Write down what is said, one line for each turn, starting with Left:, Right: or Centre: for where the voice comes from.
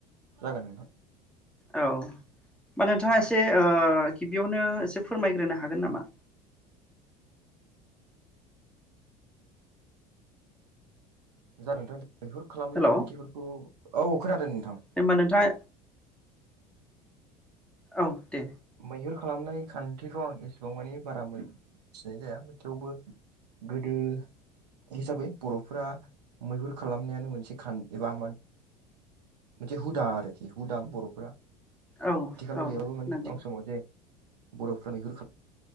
Right: जागोन नोंथां।
Centre: औ होमबा नोंथाङा एसे ओ गिबियावनो एसे फोरमायग्रोनो हागोन नामा?
Right: जागोन नोंथां। मैहुर खालामनाय
Centre: हेलौ
Right: खान्थिफोरखौ औ खोनादों नोंथां
Centre: दे होमबा नोंथाङा औ दे
Right: मैहुर खालामनाय खान्थिखौ आं एसेबां मानि बारा मिथिनाय जाया थेवबो गोदो हिसाबै बरफोरा मैहुर खालामनायानो मोनसे खान एबा मा मोनसे हुदा आरोखि हुदा बरफोरा आथिखालाव
Centre: औ औ
Right: गैबाबो माने
Centre: नंगौ
Right: सिगां समाव जे बरफ्रा मैहुर खालाम